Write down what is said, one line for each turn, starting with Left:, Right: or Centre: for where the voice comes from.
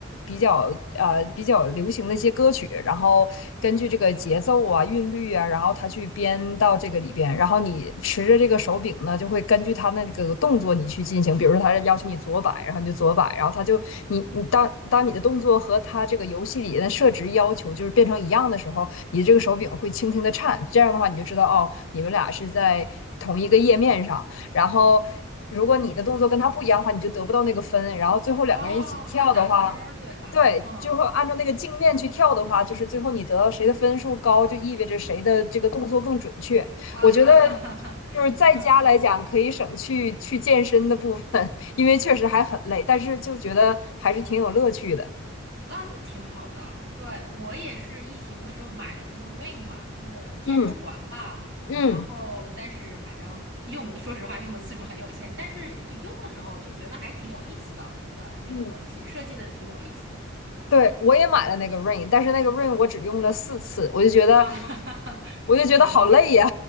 Left: 比较呃比较流行的一些歌曲，然后根据这个节奏啊、韵律啊，然后它去编到这个里边，然后你持着这个手柄呢，就会根据它那个动作你去进行，比如说它要求你左摆，然后你就左摆，然后它就你你当当你的动作和它这个游戏里的设置要求就是变成一样的时候，你的这个手柄会轻轻的颤，这样的话你就知道哦，你们俩是在同一个页面上。然后如果你的动作跟他不一样的话，你就得不到那个分。然后最后两个人一起跳的话，
Right: 哦，要打分儿对吧？
Left: 对，
Right: 嗯
Left: 就会按照那个镜面去跳的话，就是最后你得到谁的分数高，就意味着谁的这个动作更准确。
Right: 啊哈哈哈哈，
Left: 我觉得就是在家来讲，
Right: <laughs> 嗯。
Left: 可以省去去健身的部分，因为确实还很累，但是就觉得还是挺有乐趣的。
Right: 啊，那挺好的。对，我也是疫情的时候买了那个 r i n g 嘛，就那个健身环吧。
Left: 嗯嗯。
Right: 然后，但是反正用的，说实话用的次数很有限，但是用的时候就觉得还挺有意思的。对，那个东西设计的挺有意思的
Left: 嗯对，我也买了那个 Rain，但是那个 Rain 我只用了四次，我就觉得，
Right: 啊，<laughs> 哈哈哈，
Left: 我就觉得好累呀，
Right: 明理解。